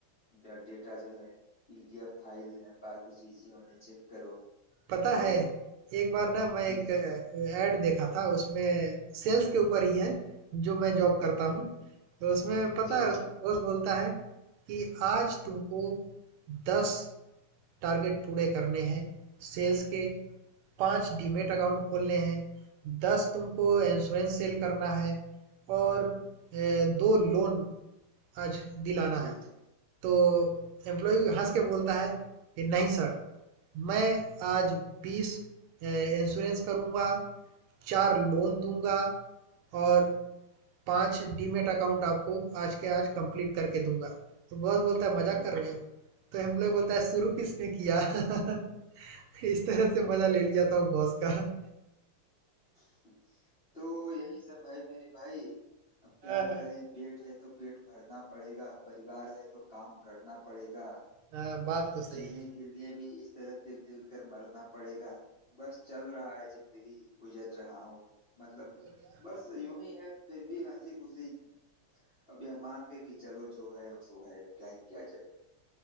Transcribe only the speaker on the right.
पता
है, एक बार ना मैं एक
ऐड देखा था उसमें सेल्स के ऊपर ही है, जो मैं जॉब
करता
हूँ। तो उसमें पता
है उसका
बॉस बोलता है कि आज तुमको 10 टारगेट पूरे करने हैं सेल्स के पाँच डीमेट अकाउंट खोलने हैं दस तुमको इंश्योरेंस सेल करना है और ए, दो लोन आज दिलाना
है
तो एम्प्लॉय हंस के बोलता है कि नहीं सर मैं आज बीस इंश्योरेंस करूँगा चार लोन दूंगा और पाँच डीमेट अकाउंट आपको आज के आज कंप्लीट करके दूंगा तो बॉस बोलता है मजाक
कर रहे हो तो एम्प्लॉय बोलता है शुरू किसने किया <laughs> इस तरह से मजा ले लिया था वो बॉस का हाँ,
हाँ।
हाँ, बात तो
सही
है।
हो गया।